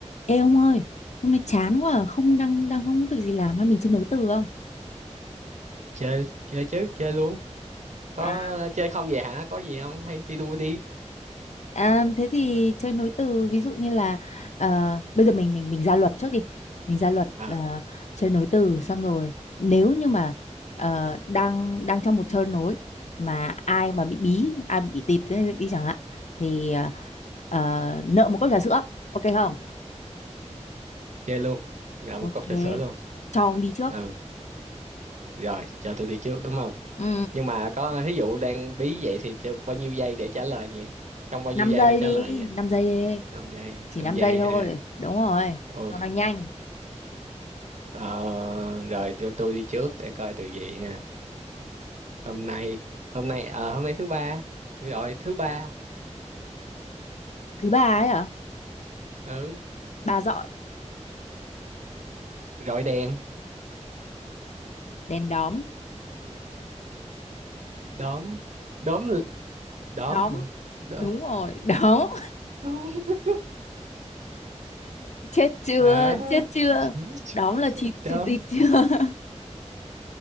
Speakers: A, on the left; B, on the right.
A: Ê ông ơi, hôm nay chán quá, à, không đang đang không có việc gì làm hay mình chơi nối từ không?
B: chơi chơi chứ chơi luôn có
A: À,
B: chơi không vậy hả có gì không hay thi đua đi
A: à thế thì chơi nối từ ví dụ như là ờ, bây giờ mình mình mình ra luật trước đi. Mình ra luật
B: ừ
A: ờ, chơi nối từ xong rồi nếu như mà ờ, đang đang trong một turn nối mà ai mà bị bí, ai bị tịt thế đi chẳng hạn thì ờ, ờ, nợ một cốc trà sữa, ok không?
B: chơi luôn ngậm
A: Ok.
B: một cốc trà sữa luôn
A: Cho ông đi trước.
B: ừ rồi cho tôi đi trước đúng không
A: Ừ,
B: nhưng mà có thí dụ đang bí vậy thì được bao nhiêu giây để trả lời nhỉ trong bao nhiêu
A: 5
B: giây
A: giây
B: phải trả
A: đi,
B: lời nhỉ
A: 5 giây đi.
B: năm giây
A: chỉ
B: 5
A: 5
B: giây
A: giây thôi
B: ha
A: đúng rồi
B: Ồ,
A: cho nó nhanh
B: ờ, rồi cho tôi đi trước để coi từ gì nè hôm nay hôm nay ờ, hôm nay thứ ba rồi thứ ba
A: thứ ba ấy hả
B: ừ
A: ba dọi
B: rồi đèn
A: đèn đóm
B: đóm đóm đóm
A: đóm
B: hả đóm
A: đúng rồi đóm
B: <laughs>
A: <laughs> chết chưa
B: à
A: chết chưa
B: <laughs>
A: đóm là chịt
B: đốm
A: chưa tịt chưa <laughs>